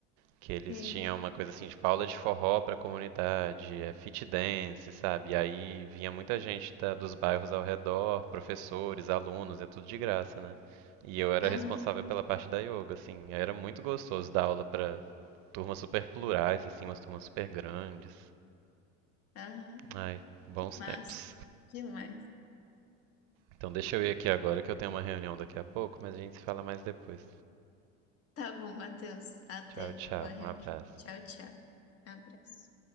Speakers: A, on the right; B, on the left.
A: Que eles
B: Sim.
A: tinham uma coisa assim, tipo aula de forró pra comunidade, é fit dance, sabe? E aí vinha muita gente da- dos bairros ao redor, professores, alunos, é tudo de graça, né? E eu era
B: Aham,
A: responsável pela parte da yoga, assim. Era muito gostoso dar aula pra turmas super plurais, assim, umas turmas super grandes.
B: aham.
A: Ai, bons
B: Que massa.
A: tempos.
B: Demais.
A: Então deixa eu ir aqui agora que eu tenho uma reunião daqui a pouco, mas a gente se fala mais depois.
B: Tá bom, Matheus. Até.
A: Tchau, tchau.
B: Boa reunião.
A: Um abraço.
B: Tchau, tchau. Abraço.